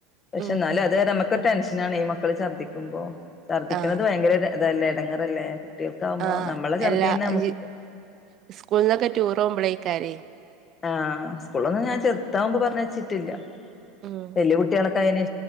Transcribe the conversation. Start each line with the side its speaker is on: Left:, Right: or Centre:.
Left: പക്ഷെ
Right: ഉം
Left: എന്നാലും അത് രെ നമക്ക് ക്കെ ടെൻഷനാണെ ഈ മക്കൾഛർദിക്കുമ്പോ ഛർദിക്കണന്നത്
Right: ആഹ്
Left: ഭയങ്കര ഇതല്ലേ എ ടങ്ങറല്ലേ കുട്ടികൾക്കാവുമ്പോ
Right: ആഹ്
Left: നമ്മള ഛർദ്യന്നെ
Right: എല്ലാ
Left: നമ്മുക്ക്
Right: ഈ സ്കൂളിന്നൊക്കെ ടൂർ പോകുമ്പോളേക്കാരേ
Left: ആഹ സ്കൂളൊന്നും ഞാൻ ചെർ താ വു മ്പോ പറഞ്ഞ ച്ചിട്ടില്ല
Right: ഉം
Left: വല്യ കുട്ടികളൊക്കെ ആയ് നെ